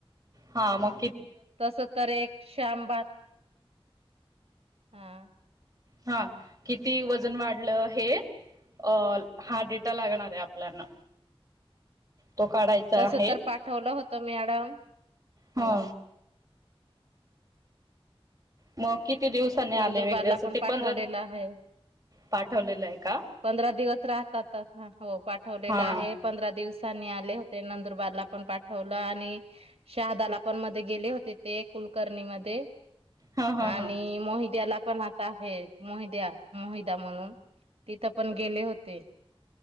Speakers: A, on the right; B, on the right.
A: हा म
B: तस तर एक श्यामबाग हा!
A: हा किती वजन वाढलं हे, अ हा डेटा लागणार आहे आपल्याना. तो काढायचा
B: तस
A: आहे.
B: तर पाठवलं मॅडम.
A: हा!
B: हो
A: मग! किती दिवसांनी आले
B: नंदुरबारला
A: वगैरे असं
B: पण
A: ते
B: पाठवलेला
A: पंधरा
B: आहे,
A: पाठवलेलं आहे का?
B: पंधरा दिवस राहतात, हो पाठवलेला
A: हा
B: आहे पंधरा दिवसानी आ ले होते नंदुरबार ला पण पाठवलं, आणि शहादाला पण मध्ये गेले होते ते, कुलकर्णी मध्ये
A: हा हा
B: आणि
A: हा!
B: मोहिद्याला पण आता हे, मोहिद्या मोहि म्हणून तिथं पण गेले होते.